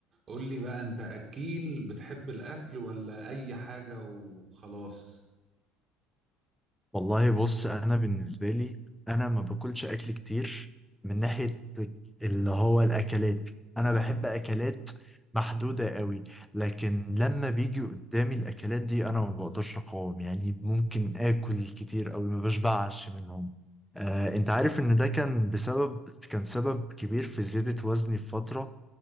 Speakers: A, on the right; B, in the centre.
A: قول لي بقى انت اكيل بتحب الاكل ولا اي حاجه وخلاص
B: والله بص انا بالنسبه لي انا ما باكلش اكل كتير من ناحيه اللي هو الاكلات
A: <laughs>
B: انا
A: اه
B: بحب اكلات محدوده قوي لكن لما بيجي قدامي الاكلات دي انا ما بقدرش اقاوم يعني ممكن اكل كتير قوي ما بشبعش منهم آه، انت عارف ان ده كان بسبب كان سبب كبير في زياده وزني في فتره